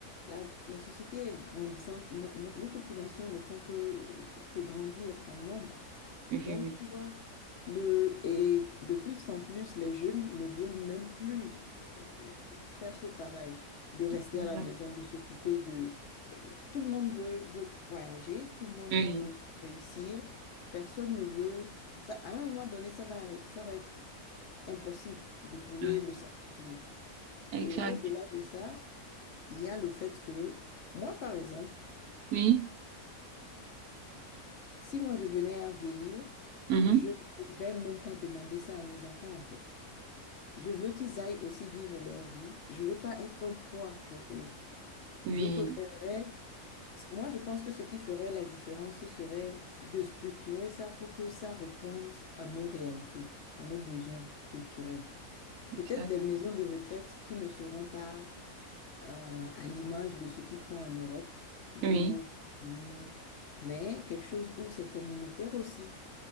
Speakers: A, on the left; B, on the right.
A: la, la société est grandissante. No- no- nos populations ne font que, que, que grandir en nombre.
B: oui,
A: Donc,
B: oui.
A: tu vois, le, et de plus en plus, les jeunes ne veulent même plus euh, faire ce travail de rester
B: oui. Exact.
A: à la maison, de s'occuper de... et Tout le monde veut, veut voyager, tout le monde
B: Oui,
A: veut réussir, personne ne veut... Ça, à un moment donné, ça va, arri- ça va être impossible de trouver
B: oui.
A: le certifié.
B: Exact.
A: Et au-delà de ça, il y a le fait que, moi, par exemple,
B: Oui.
A: si moi je venais à vieillir,
B: mhm,
A: je ne vais même pas demander ça à mes enfants, en fait. Je veux qu'ils aillent aussi vivre leur vie. Je veux pas être un poids pour eux.
B: Oui.
A: Je préférerais, moi, je pense que ce qui ferait la différence, ce serait de structurer ça pour que ça réponde à nos réalités, à nos besoins culturels.
B: Exact.
A: Peut-être des maisons de retraite qui ne seront pas euh, à l'image de ce qu'ils font en Europe ou
B: Oui.
A: aux États-Unis, mais quelque chose où c'est communautaire aussi.